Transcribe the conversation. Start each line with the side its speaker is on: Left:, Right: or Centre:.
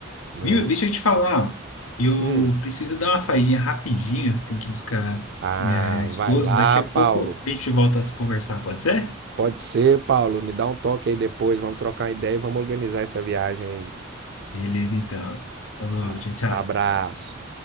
Right: Né?
Left: Viu? Deixa eu te falar. Eu
Right: Hum.
Left: preciso dar uma saída rapidinho. Tem que buscar
Right: Ah,
Left: minha esposa.
Right: vai lá,
Left: Daqui a
Right: Paulo.
Left: pouco a gente volta a se conversar, pode ser?
Right: Pode ser, Paulo. Me dá um toque aí depois. Vamos trocar uma ideia e vamos organizar essa viagem aí.
Left: Beleza, então. Falou,
Right: Ah,
Left: tchau, tchau.
Right: abraço.